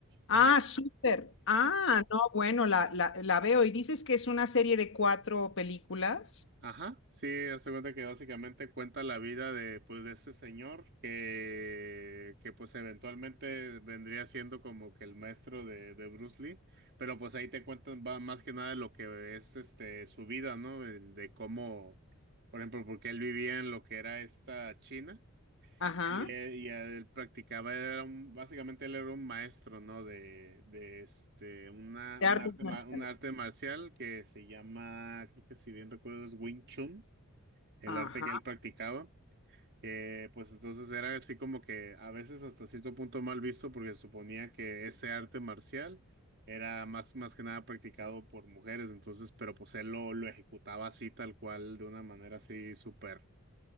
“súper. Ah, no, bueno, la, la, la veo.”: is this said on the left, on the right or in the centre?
Left